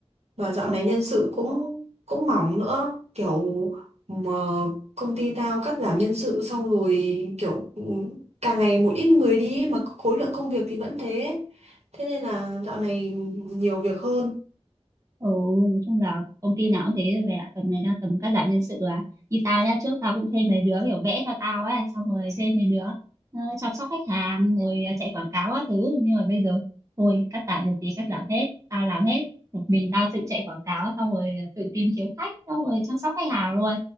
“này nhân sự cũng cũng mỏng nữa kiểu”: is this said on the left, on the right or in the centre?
Right